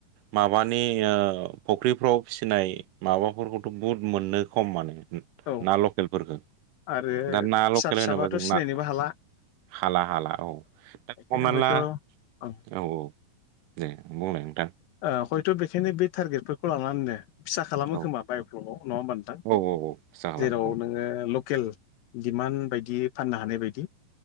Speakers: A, on the right; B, on the left.
A: माबानि ओ फख्रिफ्राव फिनाय माबाफोरखौथ' बुहुद मोनो खम माने
B: औ
A: ना लकेलफोरखौ
B: आरो
A: दा ना
B: फिसा
A: लकेल
B: फिसाबाथ'
A: होनोबा जों
B: सिनायनोबो
A: ना
B: हाला
A: हाला हाला औ दा
B: बेखायनो
A: हम
B: हयथ'
A: ला
B: ओं
A: औ औ दे बुंलाय नोंथां
B: ओ हयथ' बेखिनि बे टारगेटफोरखौ लानानैनो फिसा खालामो
A: औ
B: खोमा बायफलाव नङा होमबा नोंथां
A: औ औ खुरसा खालामो
B: जेराव नोङो। लक केल दिडिमान्ड बायदि फाननो हानाय बायदि